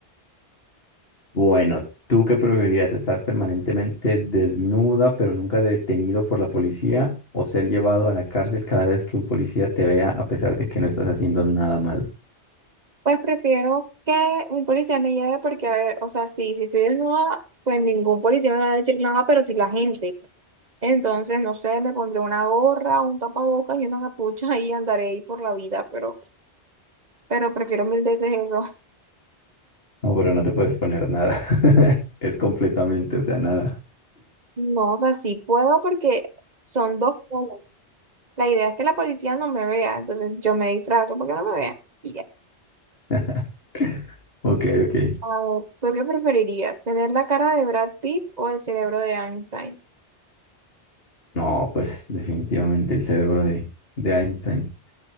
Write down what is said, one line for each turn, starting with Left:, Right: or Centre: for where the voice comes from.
Left: Bueno, ¿tú qué preferirías? ¿Estar permanentemente desnuda, pero nunca detenido por la policía, o ser llevado a la cárcel cada vez que un policía te vea a pesar de que no estás haciendo nada malo?
Right: Pues prefiero que un policía me lleve porque, a ver, o sea, sí, si estoy desnuda, pues ningún policía me va a decir nada, pero si la gente. Entonces, no sé, me pondré una gorra, un tapabocas y una capucha y andaré ahí por la vida, pero, pero prefiero mil veces eso. <laughs>
Left: No, pero no te puedes poner nada. <laughs> Es completamente, o sea, nada.
Right: No, o sea, sí puedo porque son dos cosas. La idea es que la policía no me vea, entonces yo me disfrazo porque no me vean y ya.
Left: <laughs> Ok, ok.
Right: A ver, ¿tú qué preferirías? ¿Tener la cara de Brad Pitt o el cerebro de Einstein?
Left: No, pues definitivamente el cerebro de, de Einstein,